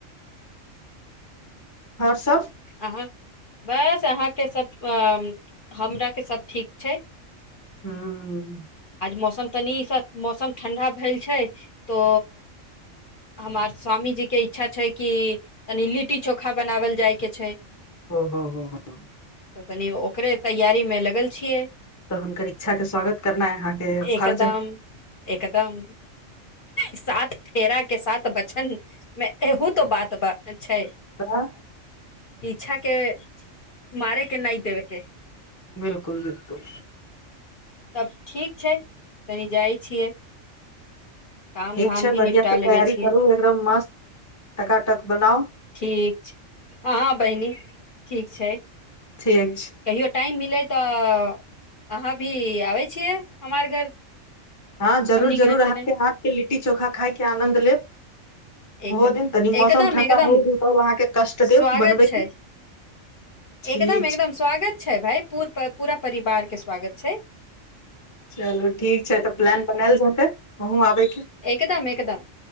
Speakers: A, on the left; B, on the left.
A: और सब
B: आ बस अहाँके सभ हमराके सभ ठीक छै
A: ह्म
B: मौसम तनि ई सब मौसम ठण्डा भेल छै तो हमर स्वामी जीके इच्छा छै कि तनि लिट्टी चोखा बनावल जाइके छै
A: ओ हो हो हो हो
B: तऽ तनी ओकरे तैयारी में लगल छियै
A: तऽ हुनकर इच्छा के स्वागत करनाइ अहाँके
B: एकदम
A: फर्ज है
B: एकदम सात फेरा के साथ बचन मे एहू त बात छै
A: आँ
B: पीछा के मारे के नहि देबैके
A: बिल्कुल बिल्कुल
B: तब ठीक छै तनि जाइ छियै काम
A: ठीक
B: धाम
A: छै
B: भी निपटा
A: बढ़ियाँ से
B: लेबे
A: तैयारी
B: छियै
A: करू एकदम मस्त टकाटक बनाउ
B: ठीक छै हँ बहिनी ठीक छै
A: ठीक छै
B: कहियो टाइममे तऽ अहाँ भी आबै छियै हमार घर
A: हँ
B: हमनी
A: जरूर
B: घर
A: जरूर अहाँके
B: तने
A: हाथके लिट्टी चोखा खाइके आनंन्द लेब
B: एकदम
A: ओहो दिन तनी मौसम
B: एकदम
A: ठंडा
B: एकदम
A: होल दू तब अहाँके कष्ट
B: स्वागत
A: देब बनबै
B: छै
A: के ठीक
B: एकदम एकदम
A: छै
B: स्वागत छै भाइ पू- पूरा परिवार के स्वागत छै
A: चलू ठीक छै तऽ प्लान बनायल जेतै वहूँ आबयके
B: एकदम एकदम